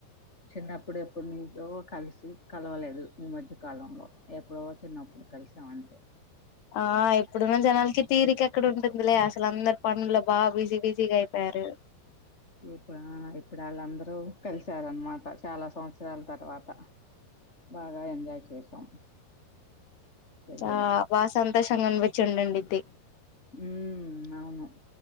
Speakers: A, on the left; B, on the left.
A: చిన్నప్పుడు ఎప్పుడు నీతో కలిసి కలవలేదు ఈ మధ్యకాలంలో ఎప్పుడో చిన్నప్పుడు కలిసామంతే
B: ఆ ఇప్పుడు జనాలకి తీరిక ఎక్కడ ఉంటుందిలే ఆ అందరు పనుల్లో బాగా బిజీ బిజీగా అయిపోయారు.
A: ఇప్పుడు ఇప్పుడు ఆళ్ళందరూ కలిసారన్నమాట చాలా సంవత్సరాల తర్వాత బాగా ఎంజాయ్ చేసాం. పెళ్ళిలో
B: ఆ వాసం దేశం కనిపిచ్చి ఉండి ఉండిద్ది
A: ఊ అవును